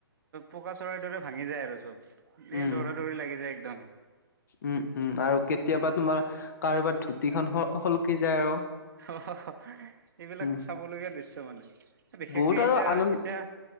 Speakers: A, on the right; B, on the left.
A: পকা চৰাইৰ দৰে ভাঙি যায় আৰু চব
B: উম
A: এই দৌৰা -দৌৰি লাগি যায় একদম।
B: উম -উম আৰু কেতিয়াবা তোমাৰ ধুতি খন হল -হলকি যায়। আৰু।
A: হ- হ- হ এইবিলাক
B: উম
A: চাবলগীয়া দৃশ্য মানে। এ বিশেষকে
B: বহুত আৰু
A: এতিয়া
B: আনন্দ
A: -এতিয়া